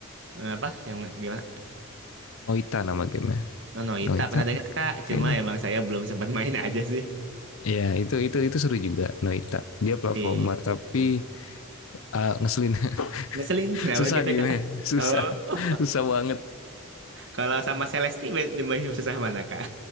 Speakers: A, on the right; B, on the left.
A: Eh, Apa? Yang gimana?
B: Noita nama gamenya.
A: Oh, Noita
B: Noita
A: pernah dengar Kak,
B: kayaknya.
A: cuma emang saya belum sempat main <laughs> aja sih.
B: Ya itu itu itu seru juga Noita. Dia platformer
A: Iya.
B: tapi
A: Hmm.
B: ah, ngeselin
A: Ngeselin,
B: <laughs>
A: <laughs> kenapa
B: susah
A: gitu
B: gamenya
A: Kak?
B: susah
A: Oh.
B: <laughs> susah banget.
A: Kalau sama Celesti be- lebih susah mana, Kak?